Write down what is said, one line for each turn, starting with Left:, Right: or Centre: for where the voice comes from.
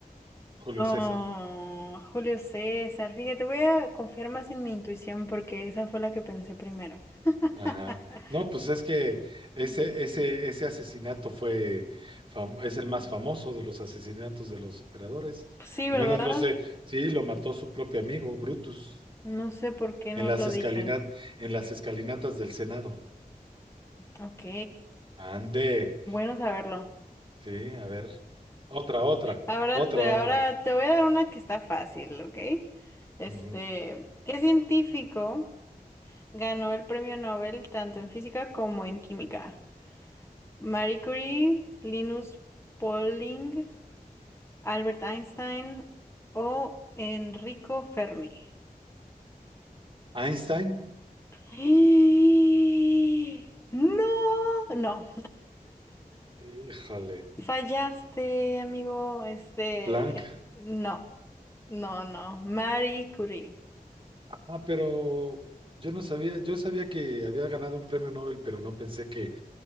Right: Julio
Left: Oh,
Right: César.
Left: Julio César, fíjate, voy a confiar más en mi intuición porque esa fue la que pensé primero. <laughs>
Right: Ajá. No, pues es que ese,
Left: Mm.
Right: ese, ese asesinato fue, fam- es el más famoso de los asesinatos de los emperadores.
Left: Sí,
Right: Al
Left: ¿verdad?
Right: menos no sé, sí, lo mató su propio amigo, Brutus,
Left: No sé por qué
Right: en
Left: no
Right: las
Left: lo
Right: escalinat,
Left: dije.
Right: en las escalinatas del Senado.
Left: Ok,
Right: Ande.
Left: bueno saberlo.
Right: Sí, a ver. Otra, otra,
Left: Ahora
Right: otra,
Left: te,
Right: otra.
Left: ahora te voy a dar una que está fácil, ¿ok? Este,
Right: Ujú.
Left: ¿qué científico ganó el premio Nobel tanto en física como en química? Marie Curie, Linus Pauling, Albert Einstein o Enrico Fermi.
Right: Einstein.
Left: <gasps> ¡Eh! No, no,
Right: Híjole.
Left: fallaste, amigo. Este,
Right: Planck.
Left: no, no, no. Marie Curie.
Right: Ah, pero yo no sabía, yo sabía que había ganado un premio Nobel, pero no pensé que